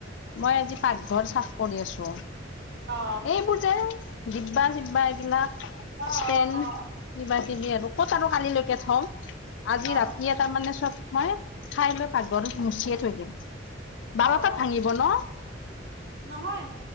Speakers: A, on the left; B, on the right.
A: মই আজি পাকঘৰ চা কৰি আছো
B: অ
A: এইবোৰ যে দিব্বা চিব্বা এইবিলাক।
B: অ
A: ষ্টেন
B: অ অ
A: কিবা কিবি আৰু ক'ত আৰু কালিলৈকে থওঁ আজি
B: অ অ
A: ৰাতি। তাৰ মানে চব মই খাই লৈ পাগলত মুচিয়ে থৈ দিম বাৰটাত
B: অ
A: ভাঙিব ন।
B: নহয়